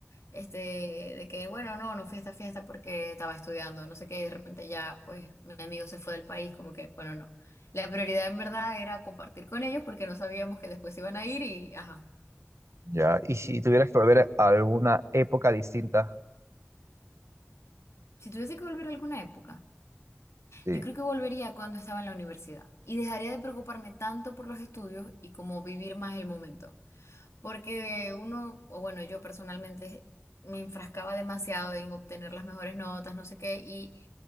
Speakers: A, on the left; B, on the right.
A: Este, de que, bueno, no, no fui a esta fiesta porque estaba estudiando, no sé qué, y de repente ya, pues, mi amigo se fue del país, como que, bueno, no. La prioridad en verdad era compartir con ellos porque no sabíamos que después iban a ir y, ajá.
B: Ya, y si tuvieras que volver a alguna época distinta,
A: Si tuviese que volver a alguna época,
B: sí.
A: yo creo que volvería cuando estaba en la universidad y dejaría de preocuparme tanto por los estudios y como vivir más el momento. Porque uno, o bueno, yo personalmente me enfrascaba demasiado en obtener las mejores notas, no sé qué, y